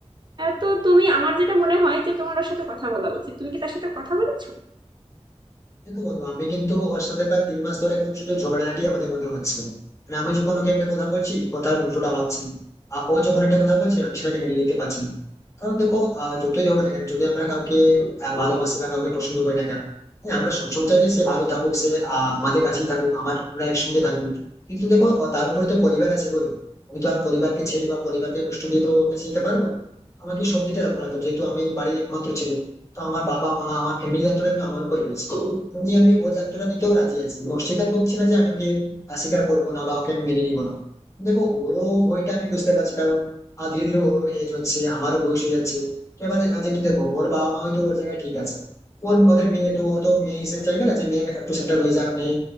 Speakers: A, on the right (about 40°); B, on the left (about 25°).
A: তো তুমি আমার যেটা মনে হয় যে তোমার ওর সাথে কথা বলা উচিত তুমি কি তার সাথে কথা বলেছো
B: দেখো বন্ধু আমি কিন্তু ওর সাথে প্রায় তিন মাস ধরে এখন শুধু ঝগড়াঝাটি আমাদের মধ্যে হচ্ছে মানে আমি যখন ওকে একটা কথা বলছি কথার উল্টোটা ভাবছি আর ও যখন একটা কথা বলছে আমি সেটাকে মেনে নিতে পারছি না কারণ দেখো আহ, যতই হোক না কেন যদি আমরা কাউকে আহ, ভালোবাসি বা কাউকে পছন্দ করি না কেন হ্যাঁ, আমরা সবসময় চাই যে সে ভালো থাকুক সে আহ, আমাদের কাছেই থাকুক আমার আমরা একসঙ্গে থাকুক কিন্তু দেখো আহ, তার উপরে তো পরিবার আছে বলুন আমি তো আর পরিবারকে ছেড়ে বা পরিবারকে কষ্ট দিয়ে তো ওর কাছে যেতে পারবো না। আমাকে সব দিকটা লক্ষ্য রাখতে হবে। যেহেতু আমি বাড়ির একমাত্র ছেলে তো আমার বাবা মা আমার ফ্যামিলি দায়িত্বটা কিন্তু আমার উপর রয়েছে তুমি আমি ওর দায়িত্বটা নিতেও রাজি আছি অস্বীকার করছি না যে আমি ওকে আহ, স্বীকার করবো না বা ওকে আমি মেনে নিবো না দেখো ওরও ভয়টা আমি বুঝতে পারছি কারণ আহ, ধীরে ধীরে ওরও এজ হচ্ছে আমারও বয়স হয়ে যাচ্ছে তো এবারে আহ, যেহেতু দেখো ওর বাবা মা হয়তো ওর জায়গায় ঠিক আছে ওর ওদের মেয়ে তো ও তো মেয়ে হিসেবে চাইবে না যে মেয়ে একটু সেটেল হয়ে যাক মেয়ে